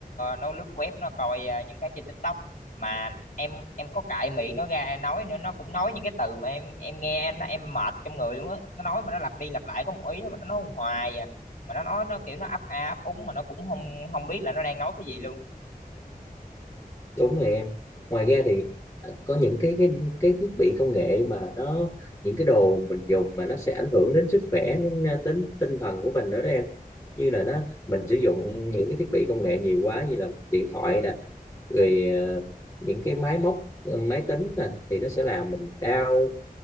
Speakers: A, on the left; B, on the left.
A: nó lướt web nó coi ờ, những cái trên TikTok mà em em có cãi miệng nó ra nói nữa nó cũng nói những cái từ mà em em nghe nó em mệt trong người luôn á nó nói mà nó lặp đi lặp lại có một ý đó mà nó nói hoài à mà nó nói nó kiểu nó ấp a ấp úng mà nó cũng không không biết là nó đang nói cái gì luôn
B: đúng rồi em ngoài ra thì à, có những cái cái cái thiết bị công nghệ mà nó những cái đồ mình dùng mà nó sẽ ảnh hưởng đến sức khỏe đến à, đến tinh thần của mình nữa đó em như là nó mình sử dụng những cái thiết bị công nghệ nhiều quá như là điện thoại nè rồi ờ, những cái máy móc ờ, máy tính nè thì nó sẽ làm mình đau